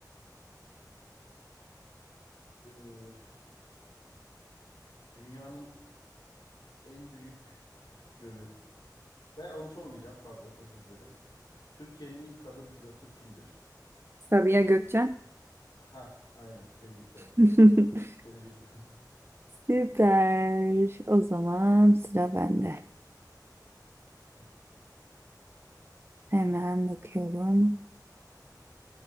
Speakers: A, on the left; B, on the right.
A: Ee, dünyanın en büyük gölü. Ben onu sormayacağım. Pardon. Özür dilerim. Türkiye'nin ilk kadın pilotu kimdir?
B: Sabiha Gökçen.
A: Ha, aynen. Tebrikler.
B: <laughs>
A: <laughs> Tebrikler.
B: Süper. O zaman sıra bende.
A: Hı,
B: Hemen bakıyorum.